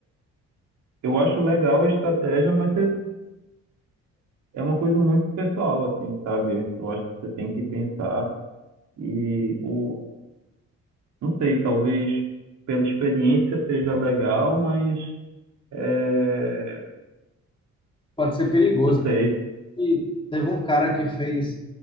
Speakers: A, on the right; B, on the left.
A: eu acho legal a estratégia, mas você- é uma coisa muito pessoal, assim, sabe? Eu acho que você tem que pensar E o, não sei, talvez pela experiência seja legal, mas é,
B: Pode ser perigoso.
A: não sei.
B: E teve um cara que fez